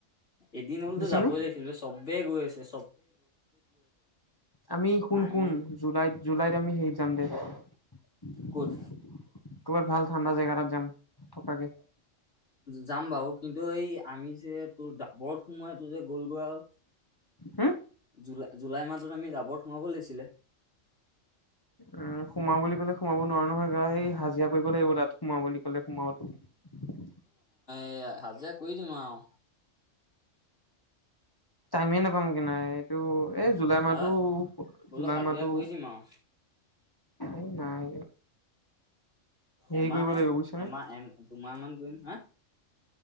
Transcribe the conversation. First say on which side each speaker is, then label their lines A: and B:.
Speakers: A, on the left (about 65°); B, on the left (about 20°).
A: এদিন হ'লতো
B: বুজিছনে
A: যাবই লাগিছিল চব চবেই গৈছে
B: আমি শুন
A: আমি
B: শুন জুলাইত জুলাইত আমি হেই জামগে। কৰ'বাত
A: ক'ত
B: ভাল ঠাণ্ডা জেগা এটাত যাম। থকাকে।
A: যাম বাৰু কিন্তু এই আমি যে তোৰ ডাবৰত সোমোৱাই তোৰ যে গ'লগোৱা আৰু
B: হুম
A: জুলাই জুলাই মাহত আমি ডাবৰত সোমাব লাগিছিলে।
B: উম সোমাও বুলি ক'লে সোমাব নোৱাৰ নোৱাৰ নহয় গ এই হাজিৰা কৰিব লাগিব তাত সোমোৱা বুলি ক'লে সোমাৱওটো
A: এ হাজিৰা কৰি দিম আৰু।
B: টাইমেই নাপাম কি নাই এইটো এই জুলাই মাহটো
A: হা বোলো
B: জুলাই
A: হাজিৰা
B: মাহটো
A: কৰি দিম আৰু
B: উ নাই হেৰি
A: এমাহে
B: কৰিব লাগিব বুজিছানে
A: এমাহ এমাহ দুমাহ মান কৰিম হা।